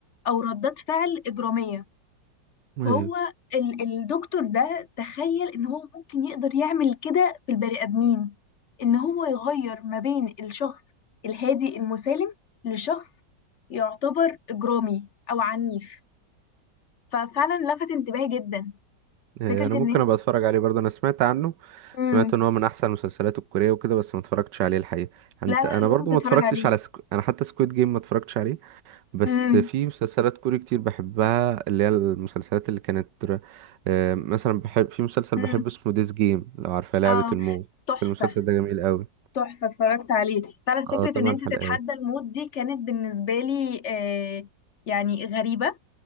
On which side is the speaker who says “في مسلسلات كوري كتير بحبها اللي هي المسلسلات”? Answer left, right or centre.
Right